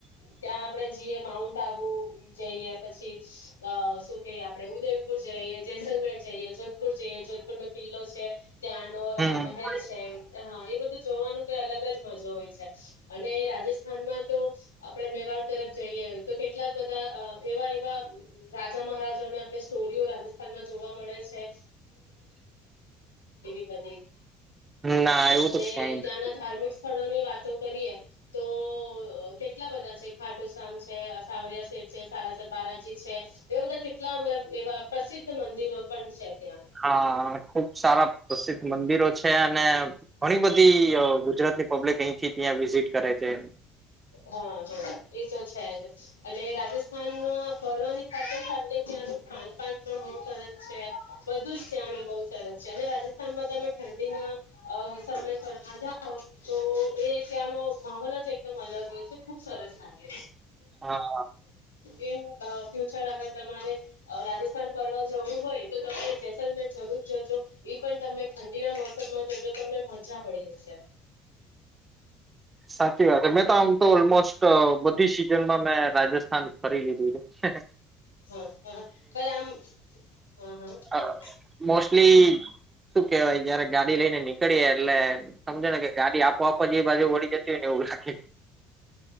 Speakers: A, on the left; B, on the right.
A: ત્યાં આપડે જીએ માઉન્ટ આબુ જઈએ. પછી અ શું કે આપડે ઉદયપુર જઈએ, જેસલમેર જઈએ પુર જઈએ, જોધપુરનો કિલ્લો છે. ત્યાંનો
B: હમ
A: મહેલ છે. હ એ બધું જોવાનું કઈ અલગ જ મજો હોય છે. અને રાજસ્થાનમાં તો આપડે મેવાડ તરફ જઈએ તો કેટલાક બધા અ એવા એવા રાજા-મહારાજાના અને સ્ટોરીઓ રાજસ્થાનમાં જોવા મળે છે. વધી
B: ના એવું
A: અને
B: તો ક્યાંય નથી.
A: ત્યાંના ધાર્મિક સ્થળોની વાતો કરીએ તો અ કેટલા બધા છે. ખાટુસામ છે, સાવરિયા શેઠ છે, સાલાસર બાલાજી છે, એવા બધા કેટલા મતલબ એવા પ્રસિદ્ધ મંદિરો પણ છે ત્યાં.
B: હા ખુબ સારા પ્રસિદ્ધ મંદિર. છે, અને ઘણી બધી ગુજરાત ની પબ્લિક અહીંથી. ત્યાં વિઝિટ કરે છે.
A: હા હા એ તો છે, જ અને રાજસ્થાનમાં ફરવાની સાથે સાથે ત્યાંનું ખાનપાન પણ બહુ સરસ છે, બધું જ ત્યાંનું બહુ સરસ છે, અને રાજસ્થાનમાં તમે ઠંડીના સમય પર ના જાઓ તો એ ત્યાંનો માહોલ જ એકદમ અલગ. ગચ ખુબ સરસ <unintelligible> છે.
B: હા
A: <inaudible> ઇન ફ્યુચર અગર તમારે રાજસ્થાન ફવા જવું હોય તો તમે જેસલમેર જરૂર જજો એ પણ તમે ઠંડીના મોસમમાં જજો તમે. મજા પડી જશે.
B: સાચી <unintelligible> તો ઓલમોસ્ટ બધી સિઝનમાં મેં રાજસ્થાન ફરી લીધું છે.
A: હા હા હ <unintelligible> આમ. હા હા
B: અ
A: બોલો
B: મોસ્ટલી. શું કેવાય જયારે ગાડી લઈ ને નીકળી. એટલે સમજો ને કે ગાડી આપોઆ જે બાજુ વળી જતી હો ને એવું લાગે. <unintelligible>